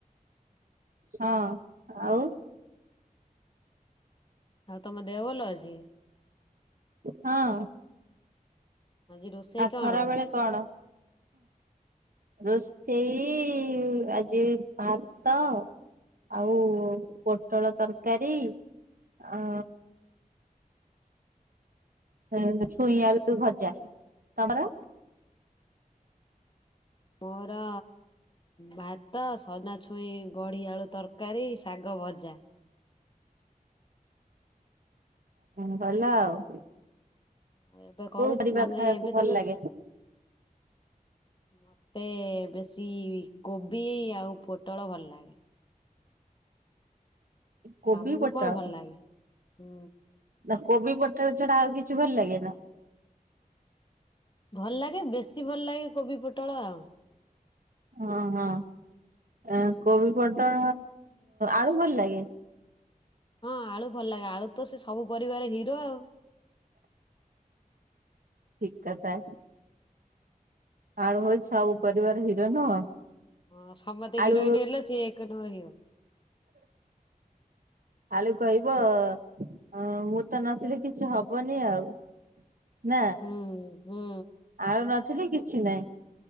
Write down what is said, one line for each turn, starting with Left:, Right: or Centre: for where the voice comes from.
Right: ହଁ ଆଉ?
Left: ଆଉ ତମ ଦେହ ଭଲ ଅଛି?
Right: ହଁ।
Left: ଆଜି ରୋଷେଇ
Right: ଆଉ
Left: କଣ?
Right: ଖରା ବେଳେ କଣ? ରୋଷେଇ ଆଜି ଭାତ ଆଉ ପୋଟଳ ତରକାରୀ ଆ ଏଁ ଛୁଇଁ ଆଳୁ ଭଜା ତମର?
Left: ମୋର ଭାତ, ସଜନା ଛୁଇଁ ବଢ଼ି ଆଳୁ ତରକାରୀ, ଶାଗ ଭଜା।
Right: ହୁଁ ଭଲ ଆଉ।
Left: ହଁ ଏବେ କରୁ
Right: କୋଉ ପରିବା
Left: ମାନେ
Right: ଖାଇବାକୁ
Left: ଏବେ
Right: ଭଲ
Left: ତମେ
Right: ଲାଗେ?
Left: ମୋତେ ବେଶୀ କୋବି ଆଉ ପୋଟଳ ଭଲ ଲାଗେ।
Right: କୋବି,
Left: ତମକୁ
Right: ପୋଟଳ
Left: କଣ ଭଲ ଲାଗେ? ହୁଁ
Right: ନା କୋବି, ପୋଟଳ ଛଡା ଆଉ କିଛି ଭଲ ଲାଗେ ନା?
Left: ଭଲ ଲାଗେ ବେଶୀ ଭଲ ଲାଗେ କୋବି ପୋଟଳ ଆଉ।
Right: ଓ ହଁ ଆ କୋବି, ପଟଳ, ଆଳୁ ଭଲ ଲାଗେ?
Left: ହଁ ଆଳୁ ଭଲ ଲାଗେ ଆଳୁ ତ ସେ ସବୁ ପରିବାରେ ହିରୋ ଆଉ।
Right: ଠିକ୍ କଥା। ଆଳୁ ହୋଉଚି ସବୁ ପରିବାର ହିରୋ ନୁହଁ।
Left: ହଁ ସମସ୍ତେ
Right: ଆଳୁ
Left: ହିରୋଇନ ହେଲେ ସିଏ ଏକ ନମ୍ବର ହିରୋ।
Right: ଆଳୁ କହିବ ହଁ ମୁଁ ତ ନଥିଲେ କିଛି ହବନି ଆଉ ନା।
Left: ହୁଁ ହୁଁ।
Right: ଆଉ ନଥିଲେ କିଛି ନାଇଁ।